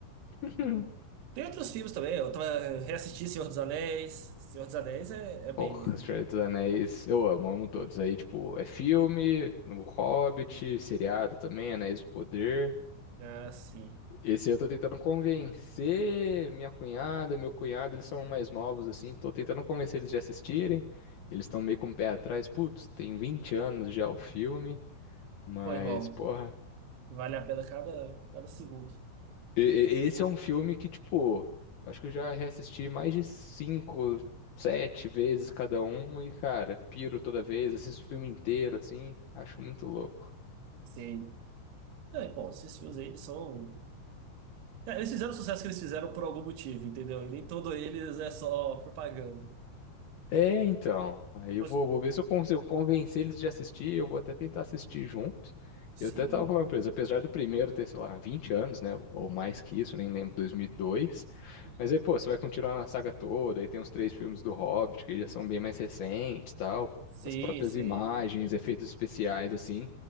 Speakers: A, on the left; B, on the right.
A: <laughs>
B: Tem outros filmes também. Eu tava reassisti Senhor dos Anéis. Senhor dos Anéis é, é banger.
A: Porra, Senhor dos Anéis. Eu amo, amo todos. Aí, tipo, é filme, no Hobbit, seriado também, Anéis do Poder.
B: Ah, sim.
A: Esse eu tô tentando convencer minha cunhada, meu cunhado, eles são mais novos assim, tô tentando convencer eles de assistirem. Eles estão meio com o pé atrás. Putz, tem 20 anos já o filme, mas
B: Pô, irmão,
A: porra,
B: vale a pena cada, cada segundo.
A: e- e- esse é um filme que tipo, acho que eu já reassisti mais de cinco, sete vezes cada um e cara, piro toda vez, assisto o filme inteiro assim, acho muito louco.
B: Sim. Não, e, pô, esses filmes aí, eles são. Cara, eles fizeram o sucesso que eles fizeram por algum motivo, entendeu? E nem todo eles é só propaganda.
A: É, então. Aí
B: Mas,
A: eu vou, vou ver se eu consigo convencer eles de assistir. Eu vou até tentar assistir junto.
B: sim.
A: Eu até tava falando pra eles, apesar do primeiro ter, sei lá, 20 anos, né? Ou mais que isso, nem lembro, 2002.
B: Uhum.
A: Mas aí, pô, você vai continuar na saga toda. Aí tem os três filmes do Hobbit, que já são bem mais recentes, tal.
B: Sim,
A: As próprias
B: sim.
A: imagens, efeitos especiais, assim,